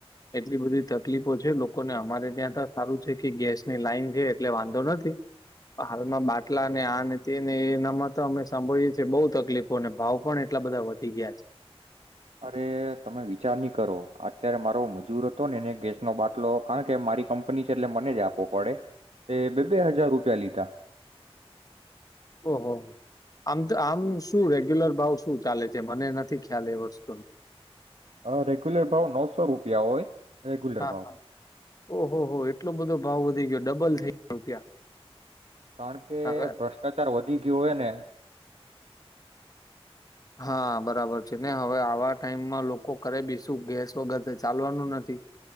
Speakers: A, on the left; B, on the right.
A: એટલી બધી તકલીફો છે લોકોને અમારે ત્યાં તો સારું છે કે ગેસની લાઈન છે એટલે વાંધો નથી હાલમાં બાટલા ને આ ને તે ને એનામાં તો અમે સાંભળીએ છીએ બહુ તકલીફો અને ભાવ પણ એટલા બધા વધી ગયા છે.
B: અરે તમે વિચાર નહી કરો અત્યારે મારો મજૂર હતો ને એને ગેસનો બાટલો કારણ કે મારી કંપની છે એટલે મને જ આપવો પડે એ બે બે હજાર રૂપિયા લીધા.
A: ઓહોહ આમ તો આમ શું રેગ્યુલર ભાવ શું ચાલે છે મને નથી ખ્યાલ એ વસ્તુનો.
B: હ રેગ્યુલેર ભાવ નવસો રૂપિયા હોય. રેગુલર
A: હા
B: ભાવ.
A: હા ઓહો હો એટલો બધો ભાવ વધી ગયો ડબલ થઈ ગયો રૂપિયા.
B: કારણ કે
A: હવે
B: ભ્રષ્ટાચાર વધી ગયો હોય ને.
A: હા બરાબર છે ને હવે આવા ટાઈમમાં લોકો કરરે બી શું ગેસ વગર ચાલવાનું નથી